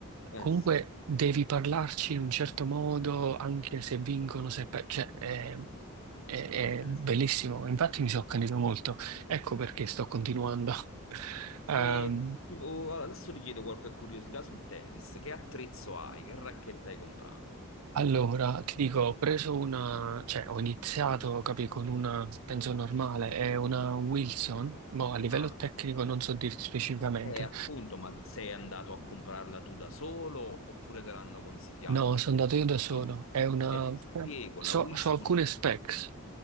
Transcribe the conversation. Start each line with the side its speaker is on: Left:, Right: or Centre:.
Left: eh
Right: Comunque
Left: sì,
Right: devi parlarci in un certo modo, anche se vincono, se per... cioè, eh, è,
Left: senza
Right: è bellissimo,
Left: dubbio. senza
Right: infatti
Left: dubbio.
Right: mi sono accanito molto. Ecco perché sto continuando. <laughs> Ehm,
Left: E tipo, adesso ti chiedo qualche curiosità sul tennis. Che attrezzo hai? Che racchetta hai comprato?
Right: allora, ti dico, ho preso una, cioè ho iniziato, capi, con una, penso normale, è una Wilson, ma a livello
Left: Ah.
Right: tecnico non so dirti specificamente.
Left: Eh, appunto, ma sei andato a comprarla tu da solo oppure te l'hanno consigliata?
Right: No,
Left: Perché
Right: sono andato
Left: la
Right: io da solo,
Left: Wilson-
Right: è una,
Left: e ti spiego,
Right: so,
Left: la Wilson
Right: so alcune specs.